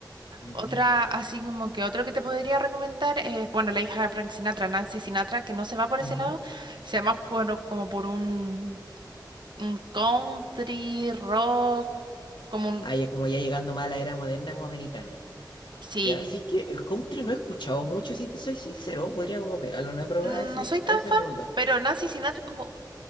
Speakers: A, on the left; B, on the right.
A: Ujú,
B: Otra, así como que otro que te podría recomendar, eh, bueno, la hija de Frank Sinatra, Nancy Sinatra, que no se va por
A: ujú.
B: ese lado, se va más cuero- como por un, un country rock, como un,
A: Ah, ya como ya llegando más a la era moderna como americana.
B: sí,
A: Ya, así que el country no he escuchado mucho, si te soy sincero, podría como pegarle una prueba
B: Mm,
A: a ese,
B: No soy tan
A: a ese
B: fan,
A: mundo.
B: pero Nancy Sinatra es como